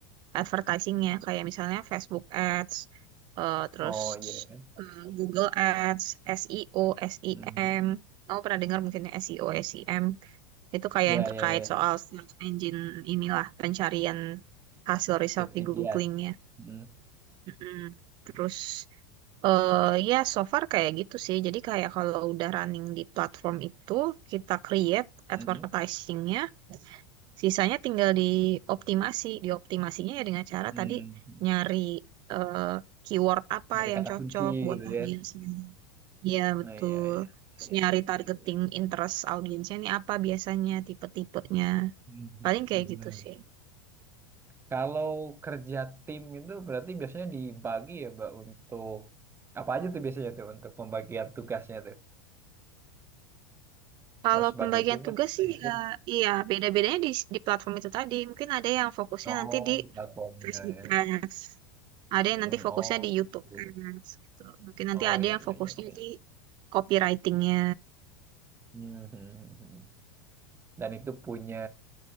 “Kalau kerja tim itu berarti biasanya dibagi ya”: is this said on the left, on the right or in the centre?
Right